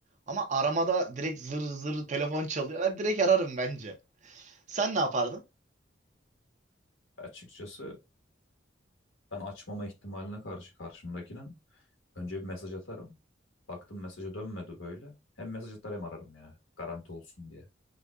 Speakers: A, on the right (about 40°); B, on the left (about 85°).
A: Ama aramada direkt zır zır telefon çalıyor. Ben direkt ararım bence. Sen ne yapardın?
B: Açıkçası ben açmama ihtimaline karşı karşımdakinin önce bir mesaj atarım. Baktım mesajı dönmedi böyle. Hem mesaj atar hem ararım ya. Garanti olsun diye.